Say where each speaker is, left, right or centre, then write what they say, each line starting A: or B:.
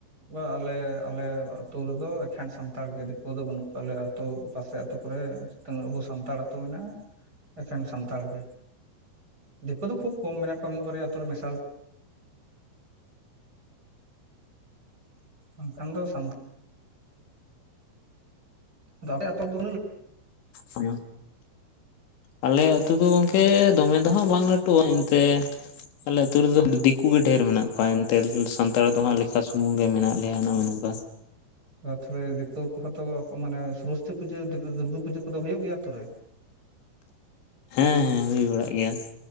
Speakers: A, on the right (about 20°); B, on the left (about 75°).
A: ᱵᱟ ᱟᱞᱮ ᱟᱞᱮ ᱟᱹᱛᱩ ᱨᱮᱫᱚ ᱮᱠᱷᱮᱱ ᱥᱟᱱᱛᱟᱲ ᱜᱮ ᱫᱤᱠᱩ ᱫᱚ ᱵᱟᱹᱱᱩᱜ ᱠᱚᱣᱟ ᱟᱞᱮ ᱛᱚ ᱯᱟᱥᱮ ᱟᱹᱛᱩ ᱠᱚᱨᱮ ᱛᱤᱱᱟᱹᱜ ᱟᱵᱚ ᱥᱟᱱᱛᱟᱲ ᱟᱹᱛᱩ ᱢᱮᱱᱟᱜᱼᱟ ᱾ ᱮᱠᱷᱮᱱ ᱥᱟᱱᱛᱟᱲ ᱜᱮ ᱫᱤᱠᱩ ᱫᱚ ᱠᱷᱩᱵ ᱠᱚᱢ ᱢᱮᱱᱟᱜ ᱠᱚᱣᱟ ᱢᱤᱫ ᱵᱟᱨᱮᱭᱟ ᱟᱹᱛᱩ ᱨᱮ ᱢᱮᱥᱟᱞ ᱚᱱᱠᱟᱱ <unintelligible> ᱫᱚ ᱥᱟᱱᱛᱟᱲ ᱟᱫᱚ ᱟᱯᱮ ᱟᱹᱛᱩ ᱫᱚ
B: ᱦᱚᱸ ᱟᱞᱮ ᱟᱹᱛᱩ ᱫᱚ ᱜᱚᱝᱠᱮ ᱫᱚᱢᱮ ᱫᱚ ᱦᱟᱸᱜ ᱵᱟᱝ ᱞᱟᱹᱴᱩᱜᱼᱟ ᱮᱱᱛᱮ ᱟᱞᱮ ᱟᱹᱛᱩ ᱨᱮᱫᱚ ᱫᱤᱠᱩ ᱜᱮ ᱰᱷᱮᱨ ᱢᱮᱱᱟᱜ ᱠᱚᱣᱟ ᱮᱱᱛᱮ ᱥᱟᱱᱛᱟᱲ ᱫᱚ ᱦᱟᱸᱜ ᱞᱮᱠᱷᱟ ᱥᱤᱛ ᱥᱩᱢᱩᱝ ᱜᱮ ᱢᱮᱱᱟᱜ ᱞᱮᱭᱟ ᱱᱚᱜᱼᱚ ᱱᱚᱝᱠᱟ
A: ᱨᱟᱛᱷ ᱨᱮ ᱫᱤᱠᱩ ᱠᱚᱦᱚᱸ ᱛᱚ ᱢᱟᱱᱮ ᱥᱚᱨᱚᱥᱚᱛᱤ ᱯᱩᱡᱟᱹ ᱫᱩᱨᱜᱟᱹ ᱯᱩᱡᱟᱹ ᱠᱚᱫᱚ ᱦᱩᱭᱩᱜ ᱜᱮᱭᱟ ᱟᱹᱛᱩ ᱨᱮ
B: ᱦᱮᱸ ᱦᱮᱸ ᱦᱩᱭ ᱵᱟᱲᱟᱜ ᱜᱮᱭᱟ